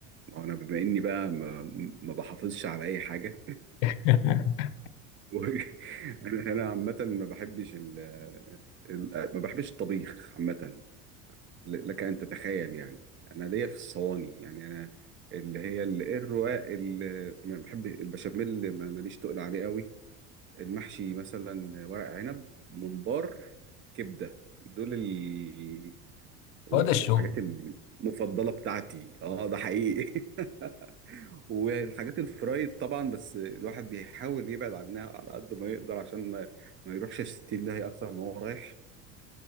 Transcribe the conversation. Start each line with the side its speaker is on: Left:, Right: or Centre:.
Right: ما انا بما اني بقى ما, ما بحافظش على اي حاجه
Left: <laughs>
Right: <laughs> و- انا أنا عامه ما بحبش ال... ال... ما بحبش الطبيخ عامه ل- لك أن تتخيل يعني أنا ليا في الصواني يعني أنا اللي هي ال- الرقاق اللي ما بحب البشاميل ما- ماليش تقل عليه قوي المحشي مثلا ورق عنب ممبار كبدة دول ال... والحاجات
Left: هو ده الشغل
Right: المفضلة بتاعتي اه ده حقيقي <laughs> والحاجات الفرايد طبعا بس الواحد بيحاول يبعد عنها على قد ما يقدر عشان ما, ما يروحش الستين ده هي أكتر ما هو رايح